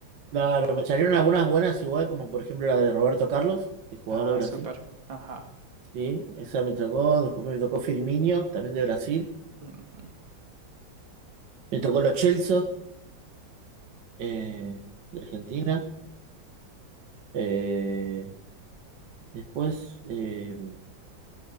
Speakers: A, on the right; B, on the right.
A: claro, me salieron algunas buenas igual, como por ejemplo la de Roberto Carlos, el jugador
B: Ah,
A: de Brasil.
B: súper, ajá.
A: Sí, esa me tocó. Después me tocó Firmino, también de Brasil.
B: Ujú.
A: Me tocó los Chelsea, eh, de Argentina. Eh, después... eh,